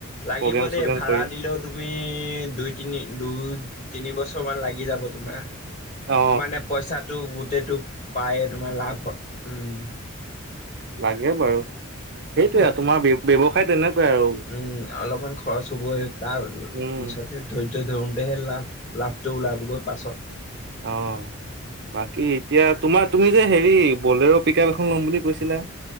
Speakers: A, on the left; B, on the right.
A: লাগিব
B: প্ৰগ্ৰেম
A: দেই
B: চগ্ৰেম
A: ভাড়া
B: কৰিম।
A: দিলেও তুমি দুই তিনি দুই তিনি বছৰ মান লাগি যাব তোমাৰ।
B: অ
A: মানে পইচাটো গোটেটো পায়ে তোমাৰ লাভ হ উম।
B: লাগে বাৰু। সেইটোৱে
A: আকৌ
B: আৰু তোমাৰ ব্য ব্যৱসায়ত তেনেকুৱাই আৰু
A: উম অলপমান খৰচ হ'বই তাৰ
B: উম
A: পিছতহে ধৈৰ্য ধৰোনতেহে লাভ লাভটো ওলাবগৈ পাছত। <unintelligible>
B: অ বাকী এতিয়া তোমাৰ তুমি যে হেৰী বলেৰো পিক আপ এখন ল'ম বুলি কৈছিলা।